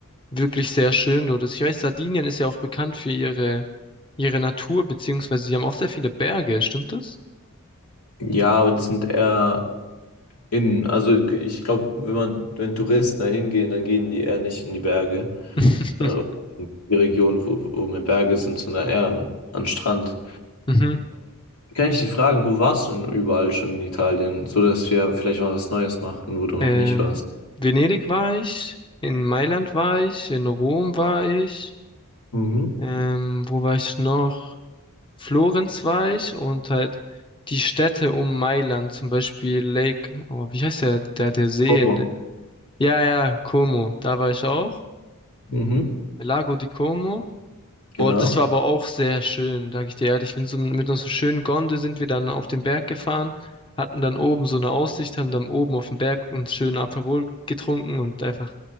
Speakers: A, on the left; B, on the left.
A: wirklich sehr schön dort ist. Ich weiß, Sardinien ist ja auch bekannt für ihre, ihre Natur, beziehungsweise sie haben auch sehr viele Berge, stimmt das?
B: Ja, aber das sind eher innen. Also ich glaube, wenn man, wenn Touristen da hingehen, dann gehen die eher nicht in die Berge.
A: <laughs>
B: Äh, In die Region, wo, wo mehr Berge sind, sondern eher an, an Strand.
A: Mhm.
B: Kann ich dich fragen, wo warst du denn überall schon in Italien? So dass wir vielleicht mal was Neues machen, wo du noch
A: Ähm,
B: nicht warst.
A: Venedig war ich, in Mailand war ich, in Rom war ich,
B: Mhm.
A: ähm, wo war ich noch? Florenz war ich und halt die Städte um Mailand, zum Beispiel Lake, oh, wie heißt der, der, der See
B: Como.
A: in der, ja, ja, Como, da war ich auch,
B: Mhm,
A: Lago di Como.
B: genau.
A: Boah, das war aber auch sehr schön, sag ich dir ehrlich. Ich bin so mit unserer schönen Gondel sind wir dann auf den Berg gefahren, hatten dann oben so eine Aussicht, haben dann oben auf dem Berg uns schön Aperol getrunken und einfach